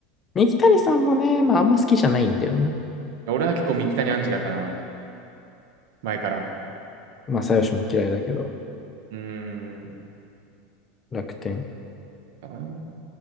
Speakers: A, on the left; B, on the right.
A: 三木谷さんもね、まああんま好きじゃないんだよな。
B: 俺は結構三木谷アンチだから、前から。
A: まあよしも嫌いだけど、
B: うーん、
A: 楽天。
B: かな。